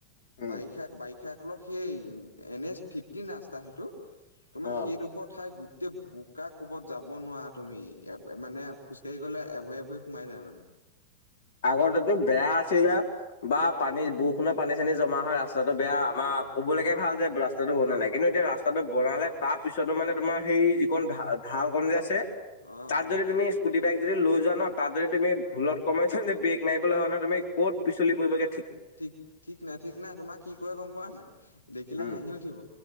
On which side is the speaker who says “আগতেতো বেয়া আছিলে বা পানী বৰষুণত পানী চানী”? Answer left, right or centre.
Left